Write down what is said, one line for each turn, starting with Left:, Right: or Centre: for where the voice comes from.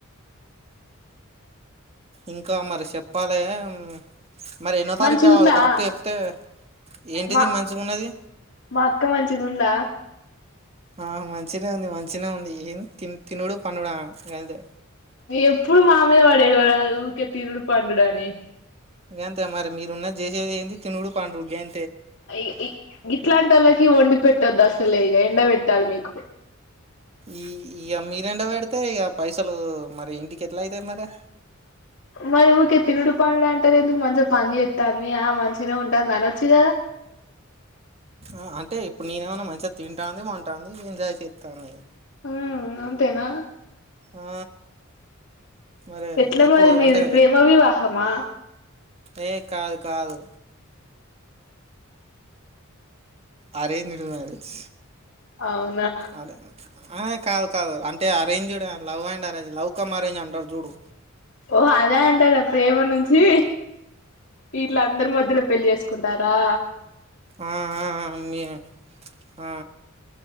Right: ఇంకా మరి చెప్పలేమ్ మరి ఎన్నో తారీఖు
Left: మంచిగుందా
Right: రావాలి కరెక్ట్ చెప్తే. ఏంటిది
Left: మా
Right: మంచిగా ఉన్నది.
Left: మా అక్క మంచిగుందా
Right: ఆ మంచినే ఉంది మంచినే ఉంది ఏం తి తినుడు పన్నుడా గంతే
Left: ఎప్పుడు మామిద పడి ఎడువారదు ఊకె తినుడు పండుడు అని
Right: గంతే మరి మీరున్నది చేసేది ఏంది తినుడు పండుడు. గం
Left: ఐ ఈ గీట్లాంటి ఓళ్ళకి వండి పెట్టొద్ అసలే ఇక ఎండ పెట్టాలి మీకు.
Right: ఈ ఇక మీరు ఎండ పెడితే ఇక పైసలు మరి ఇంటికి ఎట్లా అయితాయి మరి.
Left: మరి ఊకె తినుడు పండుడు అంటరూ ఎందుకు మంచి పని చేతంది ఆ మంచినే ఉంటాంది అనోచ్చు కదా.
Right: ఆ అంటే ఇప్పుడు నేను ఏమన్నా మంచిగా తింటాంది పంటంది ఎంజాయ్ చేస్తాంది.
Left: ఉ అంతేనా
Right: ఆ మరి
Left: ఎట్లా
Right: ఇప్పుడు
Left: మరి మీది
Right: అంటే
Left: ప్రేమ వివాహమా
Right: ఏ కాదు కాదు. అరేంజ్డ్ మ్యారేజ్
Left: అవునా
Right: ఆల్లే ఆయ్ కాదు కాదు అంటే arranged love and arrange love cum arrange అంటారు చూడు.
Left: ఓ అదే అంటార ప్రేమ నుంచి ఇట్ల అందరి మధ్యల పెళ్లి చేసుకుంటారా
Right: ఆ ఆ ఆ మీ ఆ